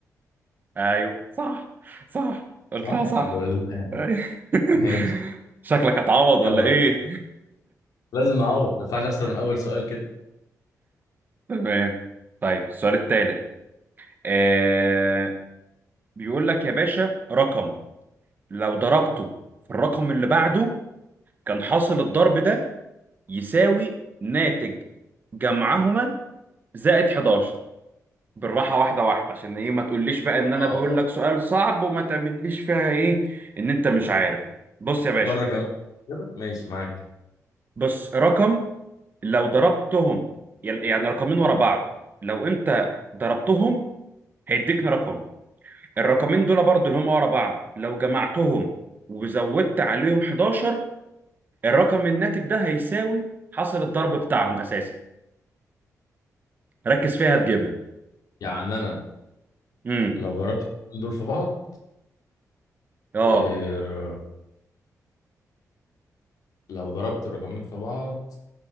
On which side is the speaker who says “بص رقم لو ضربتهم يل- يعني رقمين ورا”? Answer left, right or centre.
Right